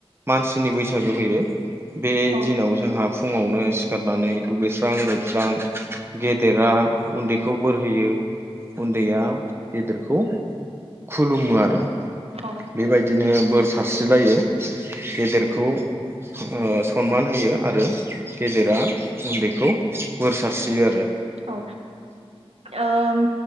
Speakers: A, on the right (about 25°); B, on the right (about 80°).
A: मानसिनि बैसागु होयो बे
B: औ
A: दिनाव जोंहा फुङावनो सिखारनानै दुगैस्रां लोबस्रां गेदेरा उन्दैखौ बोर होयो उन्दैया गेदेरखौ खुलुमो आरो
B: औ
A: बेबायदिनो बोर सारस्रिलायो गेदेरखौ ओ सनमान होयो आरो गेदेरा उन्दैखौ बोर सारस्रियो आरो।
B: औ ओम